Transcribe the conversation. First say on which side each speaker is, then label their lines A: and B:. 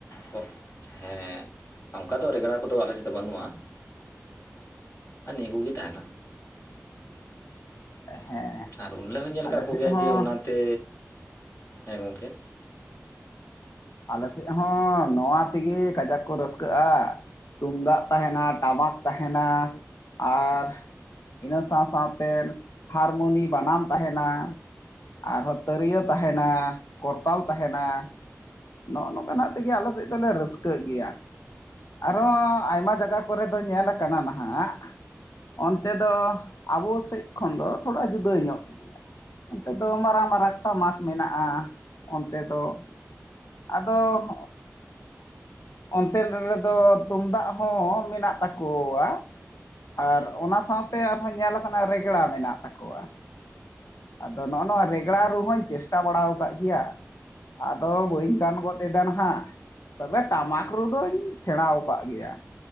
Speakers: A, on the left; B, on the left.
A: ᱠᱚ ᱦᱮᱸ ᱚᱱᱠᱟ ᱫᱚ ᱨᱮᱜᱽᱲᱟ ᱠᱚᱫᱚ ᱟᱞᱮ ᱥᱮᱫ ᱫᱚ ᱵᱟᱹᱱᱩᱜᱼᱟ ᱾ ᱟᱨ ᱱᱤᱭᱟᱹ ᱠᱚᱜᱮ ᱛᱟᱦᱮᱱᱟ ᱾
B: ᱦᱮᱸ
A: ᱟᱨ ᱩᱱᱦᱤᱞᱚᱧ ᱦᱚᱧ ᱧᱮᱞ
B: ᱟᱞᱮ
A: ᱠᱟᱫ
B: ᱥᱮᱫ
A: ᱠᱚᱜᱮᱭᱟ
B: ᱦᱚᱸ
A: ᱡᱮ ᱚᱱᱟᱛᱮ ᱦᱮᱸ ᱜᱚᱝᱠᱮ
B: ᱟᱞᱮ ᱥᱮᱫ ᱦᱚᱸ ᱱᱚᱣᱟ ᱛᱮᱜᱮ ᱠᱟᱡᱟᱠ ᱠᱚ ᱨᱟᱹᱥᱠᱟᱹᱜᱼᱟ ᱾ ᱛᱩᱢᱫᱟᱜ ᱛᱟᱦᱮᱱᱟ ᱴᱟᱢᱟᱠ ᱛᱟᱦᱮᱱᱟ ᱟᱨ ᱤᱱᱟᱹ ᱥᱟᱶ ᱥᱟᱶᱛᱮᱱ ᱦᱟᱨᱢᱚᱱᱤ ᱵᱟᱱᱟᱢ ᱛᱟᱦᱮᱱᱟ ᱾ ᱟᱨᱦᱚᱸ ᱛᱤᱨᱭᱟᱹ ᱛᱟᱦᱮᱱᱟ ᱠᱚᱨᱛᱟᱞ ᱛᱟᱦᱮᱱᱟ ᱾ ᱱᱚᱜᱼᱱᱚᱝᱠᱟᱱᱟᱜ ᱛᱮᱜᱮ ᱟᱞᱮ ᱥᱮᱫ ᱫᱚᱞᱮ ᱨᱟᱹᱥᱠᱟᱹᱜ ᱜᱮᱭᱟ ᱾ ᱟᱨᱦᱚᱸ ᱟᱭᱢᱟ ᱡᱟᱜᱟ ᱠᱚᱨᱮ ᱫᱚ ᱧᱮᱞ ᱟᱠᱟᱱᱟ ᱱᱷᱟᱜ ᱚᱱᱛᱮ ᱫᱚ ᱟᱵᱚ ᱥᱮᱫ ᱠᱷᱚᱱ ᱫᱚ ᱛᱷᱚᱲᱟ ᱡᱩᱫᱟᱹ ᱧᱚᱜ ᱜᱮᱭᱟ ᱾ ᱚᱱᱛᱮ ᱫᱚ ᱢᱟᱨᱟᱝ ᱢᱟᱨᱟᱝ ᱴᱟᱢᱟᱠ ᱢᱮᱱᱟᱜᱼᱟ ᱚᱱᱛᱮ ᱫᱚ ᱟᱫᱚ ᱚᱱᱛᱮᱱ ᱨᱮᱫᱚ ᱛᱩᱢᱫᱟᱜ ᱦᱚᱸ ᱢᱮᱱᱟᱜ ᱛᱟᱠᱚᱣᱟ ᱾ ᱟᱨ ᱚᱱᱟ ᱥᱟᱶᱛᱮ ᱟᱨᱦᱚᱸ ᱧᱮᱞ ᱟᱠᱟᱱᱟ ᱨᱮᱜᱽᱲᱟ ᱢᱮᱱᱟᱜ ᱛᱟᱠᱚᱣᱟ ᱾ ᱟᱫᱚ ᱱᱚᱜᱼᱱᱚᱣᱟ ᱨᱮᱜᱽᱲᱟ ᱨᱩ ᱦᱚᱧ ᱪᱮᱥᱴᱟ ᱵᱟᱲᱟ ᱟᱠᱟᱫ ᱜᱮᱭᱟ ᱾ ᱟᱫᱚ ᱵᱟᱹᱧ ᱜᱟᱱ ᱜᱚᱫ ᱮᱫᱟ ᱱᱷᱟᱜ ᱾ ᱛᱚᱵᱮ ᱴᱟᱢᱟᱠ ᱨᱩ ᱫᱚᱧ ᱥᱮᱬᱟ ᱣᱟᱠᱟᱜ ᱜᱮᱭᱟ